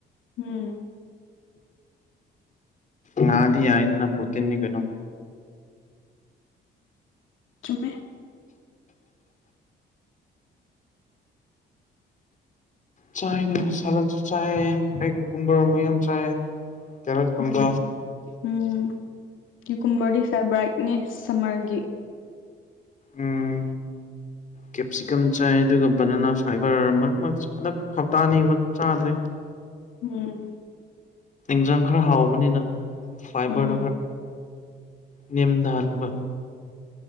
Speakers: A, on the left; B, on the left.
A: ꯎꯝ
B: ꯉꯥꯗꯤ ꯌꯥꯏꯗꯅ ꯄ꯭ꯔꯣꯇꯤꯟꯅꯤ ꯀꯩꯅꯣ
A: ꯆꯨꯝꯃꯦꯖ
B: ꯆꯥꯏꯅ ꯁꯂꯥꯗꯁꯨ ꯆꯥꯏꯌꯦ ꯑꯩ ꯀꯨꯀꯨꯝꯕꯔ ꯑꯝꯕ ꯌꯥꯝ ꯆꯥꯏꯌꯦ ꯀꯦꯔꯣꯠ ꯀꯨꯝꯕ
A: ꯎꯝ ꯎꯝ ꯌꯨꯀꯨꯝꯕꯔꯗꯤ ꯐꯦꯕ꯭ꯔꯥꯏꯛꯅꯦ ꯁꯝꯃꯔꯒꯤ
B: ꯎꯝ ꯀꯦꯞꯁꯤꯀꯝ ꯆꯥꯏ ꯑꯗꯨꯒ ꯕꯅꯅꯥ ꯐꯥꯏꯕꯔ ꯃꯔꯛ ꯃꯔꯛ ꯍꯟꯗꯛ ꯍꯞꯇꯥ ꯑꯅꯤꯒꯨꯝꯕ ꯆꯥꯗ꯭ꯔꯦ
A: ꯎꯝ
B: ꯍꯤꯡꯖꯥꯡ ꯈꯔ ꯍꯥꯎꯕꯅꯤꯅ ꯐꯥꯏꯕꯔꯗꯣ
A: ꯎꯝ
B: ꯈꯔ ꯅꯦꯝꯊꯍꯟꯕ